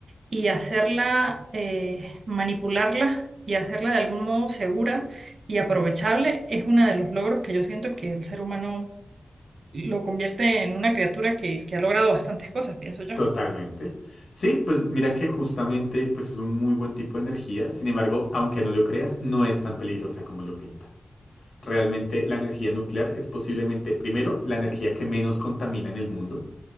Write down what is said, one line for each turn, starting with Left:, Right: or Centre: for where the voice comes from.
Right: y hacerla, eh, manipularla y hacerla de algún modo segura y aprovechable es uno de los logros que yo siento que el ser humano lo convierte en una criatura que, que ha logrado bastantes cosas, pienso yo.
Left: Totalmente. Sí, pues mira que justamente pues es un muy buen tipo de energía. Sin embargo, aunque no lo creas, no es tan peligrosa como lo pintan. Realmente la energía nuclear es posiblemente, primero, la energía que menos contamina en el mundo.